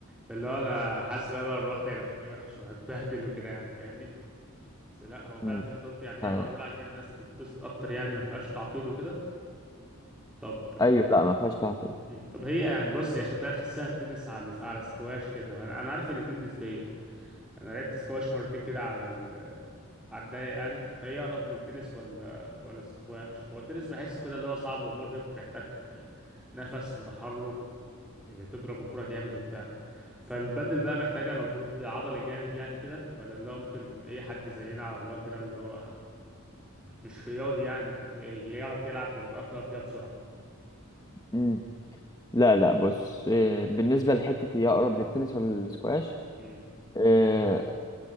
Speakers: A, in the centre; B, on the left.
A: فاللي هو انا حاسس ان انا لو رحت هيبقى شكلي وحش وهتبهدل وكده يعني فاهمني بس لا هو فعلا
B: مم.
A: زي ما انت قلت يعني هي
B: لا-
A: معموله
B: لا.
A: عشان الناس تتبسط اكتر يعني ما فيهاش تعقيد وكده طب
B: ايوه لا ما فيهاش تعقيد
A: مم. طب هي يعني بص هي شكلها تحسها تنس على على سكواش كده انا أنا عارف الاتنين نسبيه انا لعبت سكواش مرتين كده على ال... على الضيق يعني فهي اقرب للتنس ولا ولا سكواش هو التنس بحسه كده اللي هو صعب ومرهق بيحتاج نفس وتحرك وتضرب الكرة جامد وبتاع فالبدل بقى محتاجة مجهود عضلي جامد يعني كده ولا اللي هو ممكن اي حد زينا على الله كده اللي هو مش رياضي يعني يعرف يلعب ويتأقلم فيها بسرعة
B: مم. لا لا بص إيه، بالنسبه لحته هي اقرب للتنس ولا الاسكواش
A: امم
B: إيه،